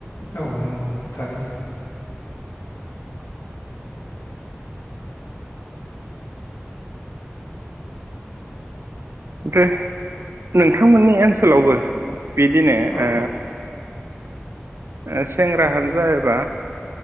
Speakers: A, on the left; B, on the right.
A: औ नंगौ थारैनो।
B: दे नोंथांमोननि ओनसोलावबो बिदिनो
A: औ
B: ओ ओ सेंग्रा हानजा एबा